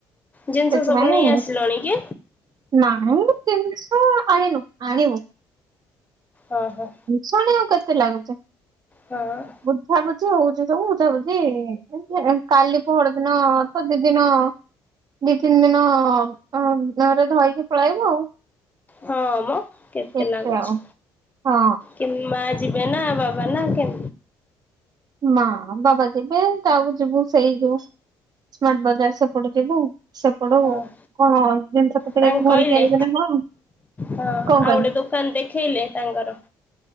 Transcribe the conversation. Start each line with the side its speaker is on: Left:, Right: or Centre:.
Left: ଜିନିଷ
Right: ସେଥିପାଇଁ
Left: ସବୁ ନେଇ
Right: ମୁଁ
Left: ଆସିଲଣି କି?
Right: ନାଇଁ ଜିନିଷ ଆଣିନୁ ଆଣିବୁ।
Left: ହଁ ହଁ।
Right: ଶୁଣିବାକୁ କେମିତି ଲାଗୁଚି?
Left: ହଁ ଅଁ।
Right: ବୁଝାବୁଝି ହୋଉଛି ସବୁ ବୁଝାବୁଝିଇଁ କାଲି ପହର୍ ଦିନ ତ ଦି ଦିନ। ଦି, ତିନି ଦିନ ଅଁ ଅଁ ଧର୍ ଧୋଇକି ପଳେଆଇବ ଆଉ।
Left: ହଁ ଅଁ ମ କେତେ
Right: ଏତେ
Left: ଲାଗୁଛି।
Right: ଆଉ ହଁ
Left: କେ ମା ଯିବେ ନା ବାବା ନା କେ?
Right: ମା ବାବା ଯିବେ ତାକୁ ଯିବୁ ସେଇ ଯୋଉ ସ୍ମାର୍ଟ ବଜାର ସେପଟେ ଯିବୁ। ସେପଟୁ
Left: ହଁ।
Right: କଣ ଜିନିଷ ପତ୍ରିକାକୁ
Left: ତାଙ୍କୁ କହିଲେ
Right: ଧରିକି ଆଇଲେ ନା କଣ?
Left: ହଁ, ଆଉ
Right: କଣ କହିଲ
Left: ଗୋଟେ ଦୋକାନ ଦେଖେଇଲେ ତାଙ୍କର।